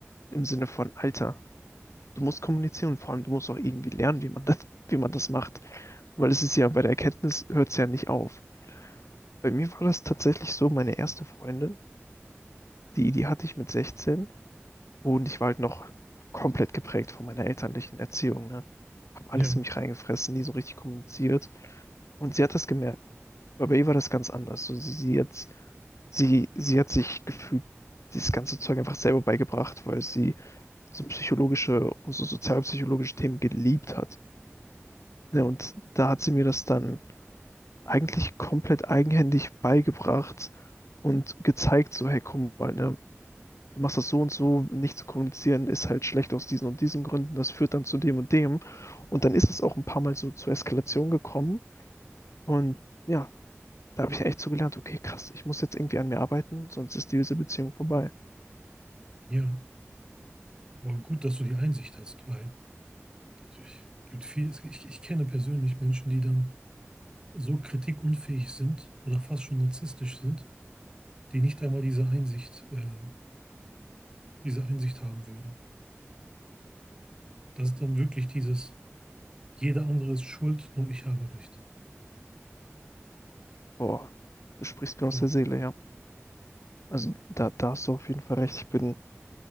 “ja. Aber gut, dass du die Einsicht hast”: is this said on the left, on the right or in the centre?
Right